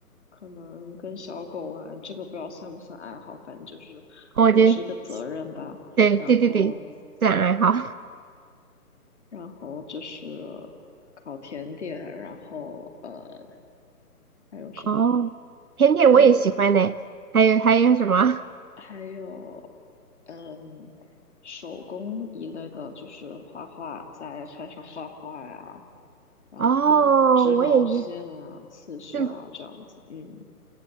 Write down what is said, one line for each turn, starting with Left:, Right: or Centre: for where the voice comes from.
Left: 可能跟小狗玩，这个不知道算不算爱好，反正就是也是一个责任吧。
Right: 哦我觉得，对对对对，
Left: 然后，
Right: 自然爱好。
Left: 然后就是烤甜点，然后呃，还有什么？
Right: <laughs> 哦，甜点我也喜欢呢。
Left: 还
Right: 还有还有什么？
Left: 还有嗯，手工一类的，就是画画，在 i 上画画呀，
Right: <laughs>
Left: 然后织毛线啊、
Right: 哦，我也也，
Left: 刺绣啊这样子，
Right: 这对
Left: 嗯。